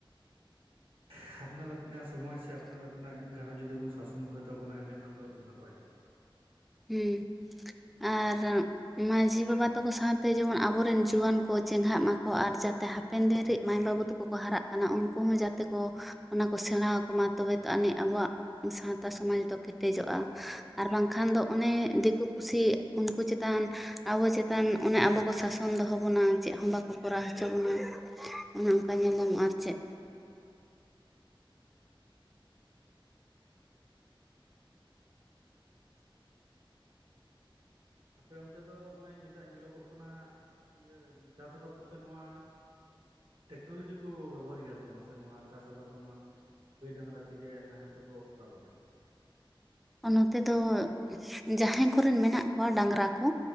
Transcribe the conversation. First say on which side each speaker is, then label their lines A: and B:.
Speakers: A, on the right; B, in the centre.
A: <unintelligible> ᱟᱯᱱᱟᱨᱟᱜ ᱛᱤᱱᱟᱜ ᱥᱚᱢᱚᱭ ᱥᱮ ᱟᱯᱱᱟᱨᱟᱜ ᱛᱤᱱᱟᱹᱜ ᱜᱷᱟᱨᱚᱸᱡᱽ ᱡᱩᱫᱤ ᱵᱚᱱ ᱥᱟᱥᱚᱱ ᱫᱚᱦᱚᱭ ᱛᱟᱵᱚᱱᱟ ᱮᱸᱰᱮ ᱠᱷᱟᱱ ᱫᱚ ᱟᱹᱰᱤ ᱱᱟᱯᱟᱭᱚᱜᱼᱟ
B: ᱦᱩᱸ ᱟᱨ ᱢᱟᱹᱡᱷᱤ ᱵᱟᱵᱟ ᱛᱟᱠᱚ ᱥᱟᱶᱛᱮ ᱡᱮᱢᱚᱱ ᱟᱵᱚᱨᱮᱱ ᱡᱩᱣᱟᱹᱱ ᱠᱚ ᱪᱮᱸᱜᱷᱟᱜ ᱢᱟ ᱠᱚ ᱟᱨ ᱡᱟᱛᱮ ᱦᱟᱯ.... -ᱯᱮᱱ ᱫᱤᱱ ᱨᱮᱱ ᱢᱟᱭ ᱵᱟᱹᱵᱩ ᱛᱟᱠᱚ ᱠᱚ ᱦᱟᱨᱟᱜ ᱠᱟᱱᱟ ᱩᱱᱠᱩ ᱦᱚᱸ ᱡᱟᱛᱮ ᱠᱚ ᱚᱱᱟ ᱠᱚ ᱥᱮᱬᱟ ᱟᱠᱚᱢᱟ ᱛᱚᱵᱮ ᱛᱚ ᱟᱹᱱᱤᱡ ᱟᱵᱚᱣᱟᱜ ᱥᱟᱶᱛᱟ ᱥᱚᱢᱟᱡᱽ ᱫᱚ ᱠᱮᱴᱮᱡᱚᱜᱼᱟ ᱟᱨ ᱵᱟᱝᱠᱷᱟᱱ ᱫᱚ ᱚᱱᱮ ᱫᱤᱠᱩ ᱯᱩᱥᱤ ᱩᱱᱠᱩ ᱪᱮᱛᱟᱱ ᱟᱵᱚ ᱪᱮᱛᱟᱱ ᱚᱱᱮ ᱟᱵᱚ ᱠᱚ ᱥᱟᱥᱚᱱ ᱫᱚᱦᱚ ᱵᱚᱱᱟ ᱪᱮᱫ ᱦᱚᱸ ᱵᱟᱠᱚ ᱠᱚᱨᱟᱣ ᱦᱚᱪᱚ ᱵᱚᱱᱟ ᱚᱱᱮ ᱚᱱᱠᱟ ᱧᱮᱞᱧᱟᱢᱚᱜᱼᱟ ᱟᱨ ᱪᱮᱫ
A: ᱟᱯᱮ ᱚᱱᱛᱮ ᱫᱚ ᱱᱚᱜᱼᱚᱭ ᱡᱮᱴᱟᱜ ᱧᱮᱞᱚᱜᱚᱜ ᱠᱟᱱᱟ ᱤᱭᱟᱹ ᱪᱟᱥ ᱟᱵᱟᱫᱽ ᱠᱚᱛᱮ ᱱᱚᱣᱟ ᱴᱮᱠᱱᱳᱞᱚᱡᱤ ᱠᱚ ᱵᱮᱵᱚᱦᱟᱨ ᱜᱮᱭᱟ ᱥᱮ ᱵᱟᱝ ᱥᱮ ᱱᱚᱶᱟ ᱪᱟᱥ ᱟᱵᱟᱫᱽ ᱫᱚ ᱱᱚᱶᱟ ᱜᱟᱹᱭ ᱰᱟᱝᱨᱟ ᱛᱮᱜᱮ ᱱᱟᱦᱮᱞ ᱛᱮᱠᱚ ᱠᱚᱨᱟᱣ ᱜᱮᱭᱟ
B: ᱱᱚᱛᱮ ᱫᱚ ᱡᱟᱦᱟᱸᱭ ᱠᱚᱨᱮᱱ ᱢᱮᱱᱟᱜ ᱠᱚᱣᱟ ᱰᱟᱝᱨᱟ ᱠᱚ